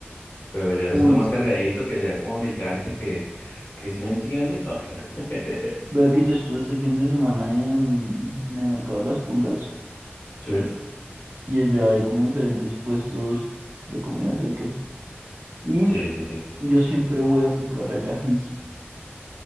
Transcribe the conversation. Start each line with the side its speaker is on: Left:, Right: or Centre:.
Left: pero la idea es
Right: Uy,
Left: hacerlo más cargadito, que sea como picante, que, que si me entiende. Ah. <laughs>
Right: vea que yo estuve este fin de semana en, en el mercado de las pulgas
Left: Sí,
Right: y allá hay como diferentes puestos de comida, ¿sí o qué? Y
Left: sí, sí, sí.
Right: yo siempre voy a comprar allá ají,